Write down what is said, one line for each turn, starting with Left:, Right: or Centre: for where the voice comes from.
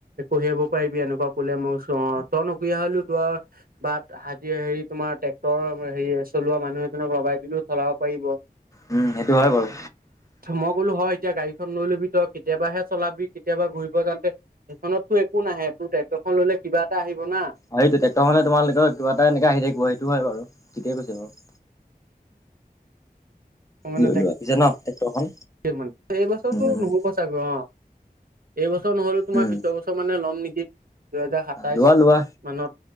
Right: কঢ়িয়াব পাৰিবি এনেকুৱা কলে মই চো অ তই নকঢ়িয়া‌ হলো ত- বাট হি হেৰি তোমাৰ ট্ৰেক্টৰ হেৰি চলোৱা মানুহ এজনক লগাই দিলো। চলাব পাৰিব।
Left: উম সেইটো হয় বাওঁ।
Right: মই ক'লো হয় এতিয়া গাড়ীখন লৈ ল'বি তই কেতিয়াবাহে চলাবি কেতিয়াবা ঘূৰিব যাওঁতে, সেইখনতো একো নাহে, তোৰ ট্ৰেক্টৰখন ললে কিবা এটা আহিব না।
Left: সেইটো ট্ৰেক্টৰখনে তোমালোকক কিবা এটা এনেকে আহি থাকিব, সেইটো হয় বাৰু ঠিকেয় কৈছে বাও।
Right: <inaudible> মই মানে
Left: লৈ লোৱা পিছে ন ট্ৰেক্টৰখন
Right: <unintelligible> এইবছৰটো
Left: উম
Right: নহব, চাগে অ এইবছৰ নহলেও তোমাৰ
Left: উম
Right: পিছৰ বছৰ মানে ল'ম নেকি, দুহেজাৰ সাতাইশ
Left: লোৱা লোৱা
Right: মানত,